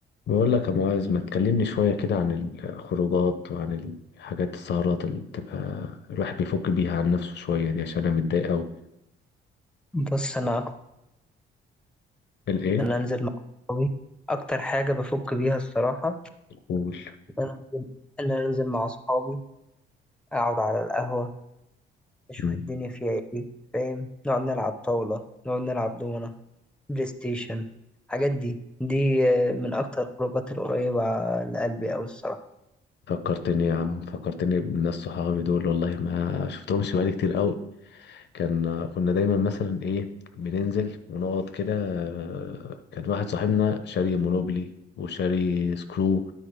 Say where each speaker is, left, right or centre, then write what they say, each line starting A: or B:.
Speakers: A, on the left; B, in the centre.
A: بقول لك يا معاذ ما تكلمني شوية كده عن الخروجات وعن الحاجات السهرات اللي بتبقى الواحد بيفك بيها عن نفسه شوية دي عشان أنا متضايق أوي
B: بص انا اكتر
A: الإيه؟
B: ان انزل مع اصحابي اكتر حاجه بفك بيها الصراحه
A: قول
B: ان انا انزل ان انا انزل مع اصحابي اقعد على القهوه اشوف
A: مم.
B: الدنيا فيها ايه فاهم نقعد نلعب طاوله نقعد نلعب دومنه بلاي ستيشن الحاجات دي دي آه، من اكتر الخروجات القريبه لقلبي اوي الصراحه
A: فكرتني يا عم فكرتني بالناس صحابي دول والله ما شفتهمش بقالي كتير أوي كان كنا دايما مثلا ايه بننزل ونقعد كده آه، كان واحد صاحبنا شاري مونوبلي وشاري سكرو